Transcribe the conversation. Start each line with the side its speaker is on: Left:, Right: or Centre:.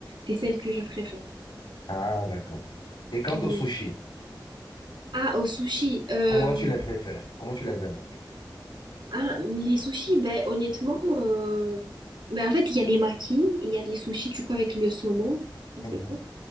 Right: C'est celle que je préfère.
Left: Ah, d'accord. Et quant
Right: Oui.
Left: aux sushis,
Right: Ah, au sushi. euh,
Left: comment tu les préfères? Comment tu les aimes, en fait?
Right: Ah, les sushis, ben honnêtement, euh, ben, en fait, il y a les makis, il y a les sushis, du coup, avec le saumon. Je crois
Left: Mhm.
Right: que C'est ça.